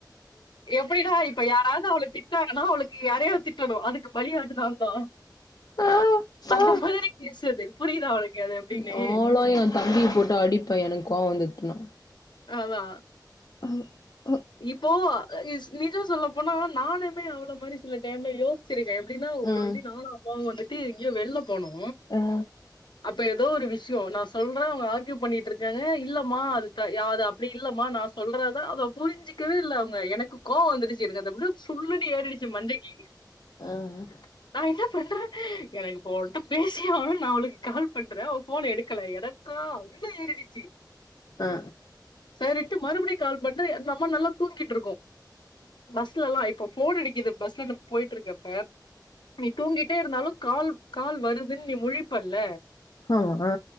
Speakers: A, on the left; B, on the left.
A: எப்டி னா இப்ப யாராவது அவளு திட்னாங்கனா அவளுக்கு யாரையாவது திட்டனு அதுக்கு பலி ஆடு நாந்தா
B: ஆ
A: அந்த
B: ஆ
A: மாதிரி கேஸ் அது புரியிதா அவளுக்கு அது எப்டின்னு
B: நாலா எ தம்பிய போட்டு அடிப்பே எனக்கு கோவ வந்ததுனா
A: அதா
B: ம்
A: இப்போ அ நிஜம் சொல்ல போனா நானுமே அவள மாரி சில டைம்ல யோச் சிரிக்க எப்டின்னா ஒரு
B: ம்
A: வாட்டி நானு அப்பாவு வந்துட்டு எங்கேயோ வெள்ல போனோ
B: அ
A: அப்ப ஏதோ ஒரு விஷியோ நா சொல்ற அவுங்க ஆர்கியூ பண்ணிட்ருக்காங்க இல்லம்மா அது த யாரு அப்டி இல்லமா நா சொல்றது அதப் புரிஞ்சுக்கவே இல்ல அவுங்க எனக்கு கோவோ வந்துடுச்சு எனக்கு வந்து அப்ஸடியே சுல்லுனு ஏறிடுச்சு மண்டிக்கு
B: ம்
A: நா என்ன பண்ற எனக்கு போன்ட்ட பேசிய ஆனும் நா உனக்கு கால் பண்ற ஃபோன் எடுக்கல எனக்கா நல்ல ஏறிடுச்சு
B: அ
A: சரிட்டு மறுபடியு கால் பண் து நம்ம நல்லா தூங்கிட்டு இருக்கோ பஸ்ல எல்லா இப்ப ஃபோன் அடிக்குது பஸ்ல போயிட்ருக்கப்ப நீ தூங்கிட்டே இருந்தாலு கால் கால் வருதுன்னு நீ முழிப்பல்ல
B: ஆமா